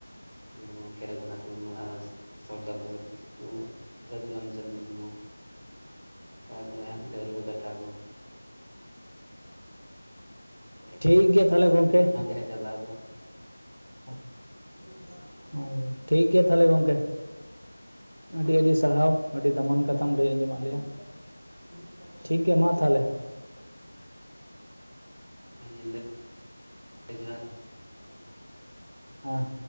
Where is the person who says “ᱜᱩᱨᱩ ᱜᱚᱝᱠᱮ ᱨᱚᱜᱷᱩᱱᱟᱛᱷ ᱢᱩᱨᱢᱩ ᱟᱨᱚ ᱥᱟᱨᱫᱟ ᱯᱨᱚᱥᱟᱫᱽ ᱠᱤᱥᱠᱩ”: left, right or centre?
Right